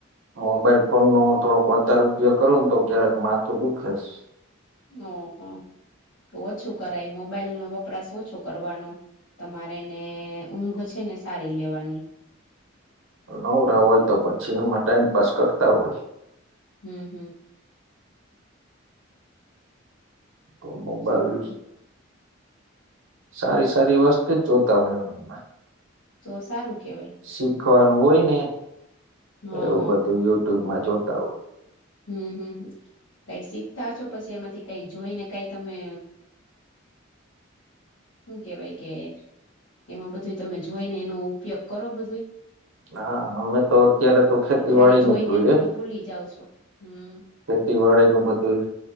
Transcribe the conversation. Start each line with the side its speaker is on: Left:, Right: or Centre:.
Right: મોબાઈલ ફોન નો થોડોક વધારે ઉપયોગ કરવો ને તો ક્યારેક માથું દુખે શે
Left: ઓહો તો ઓછું કરાય મોબાઈલ નો વપરાશ ઓછો કરવાનો તમારેને ઊંઘ છે ને સારી લેવાની
Right: નવરા હોય તો પછી એમાં ટાઈમ પાસ કરતા હોય
Left: હમ હમ
Right: તો મોબાઈલ
Left: સારું
Right: સારી સારી વાસ્તે જ જોતા હોય એ એમાં
Left: તો સારું કેવાય
Right: શીખવાનું હોય ને
Left: હા
Right: એવું
Left: હા
Right: બધું યુટ્યુબમાં જોતા હોય
Left: હમ હમ હમ કઈ શીખતા છો પછી એમાંથી કઈ જોઈ ને કઈ તમે હું કેવાય કે એમાં બધું તમે જોઈને એનો ઉપયોગ કરો બધુંઈ
Right: હા અમે તો અત્યારે તો ખેતી
Left: કે ખાલી
Right: વાડી
Left: જોઈને
Right: નું જ જોઈએ
Left: બધી ભૂલી જઉં છો હમ
Right: ખેતીવાડી નું બધું